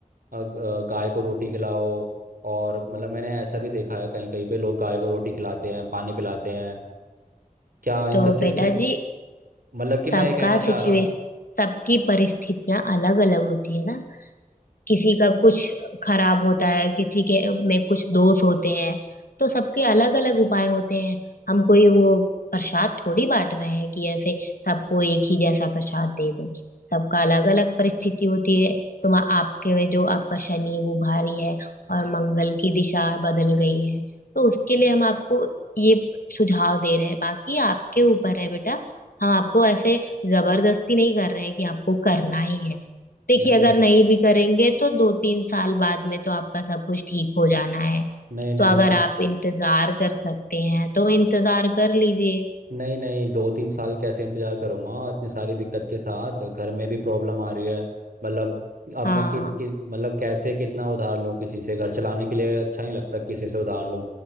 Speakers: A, on the right; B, on the left.
A: अ, ग- अ, गाय को रोटी खिलाओ और मतलब मैंने ऐसा भी देखा है कहीं कहीं पे लोग गाय को रोटी खिलाते हैं पानी पिलाते हैं क्या इन
B: तो
A: सब चीज़
B: बेटा
A: से
B: जी
A: मतलब कि मैं
B: सबका
A: ये कहना चाह
B: सिचुएशन
A: रहा हूँ
B: सबकी परिस्थितियां अलग अलग होती है ना किसी का कुछ खराब होता है किसी के में कुछ दोष होते हैं तो सबके अलग अलग उपाय होते हैं हम कोई वो प्रसाद थोड़ी बांट रहे हैं कि ऐसे सबको एक ही जैसा प्रसाद दे दें सबका अलग अलग परिस्थिति होती है तुम आपके में जो आपका शनि है वो भारी है
A: अच्छा
B: और मंगल की दिशा बदल गई है तो उसके लिए हम आपको ये सुझाव दे रहे हैं बाकी आपके ऊपर है बेटा हम आपको ऐसे जबरदस्ती नहीं कर रहे हैं कि आपको करना ही है देखिए
A: नहीं
B: अगर
A: नहीं
B: नहीं भी करेंगे तो दो तीन साल बाद में तो आपका सब कुछ ठीक हो जाना है
A: नहीं नहीं
B: तो अगर
A: मैं
B: आप इंतजार कर सकते हैं तो इंतजार कर लीजिए
A: नहीं नहीं दो तीन साल कैसे इंतजार करूंगा इतनी सारी दिक्कत के साथ घर में भी प्रॉब्लम आ रही है मतलब अब
B: हाँ
A: मैं कि, कि मतलब कैसे कितना उधार लूं किसी से घर चलाने के लिए अच्छा नहीं लगता किसी से उधार लूं